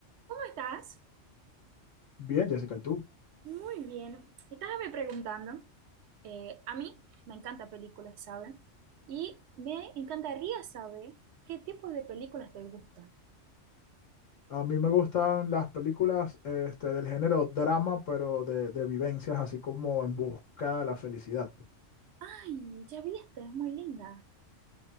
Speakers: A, on the right; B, on the left.
A: ¿Cómo estás?
B: Bien, Jessica, ¿y tú?
A: Muy bien. Estábame preguntando. eh, a mí me encanta películas, ¿sabes? Y me encantaría saber qué tipo de películas te gustan.
B: A mí me gustan las películas este, del género drama, pero de, de vivencias, así como en busca de la felicidad.
A: Ay, ya vi esta, es muy linda,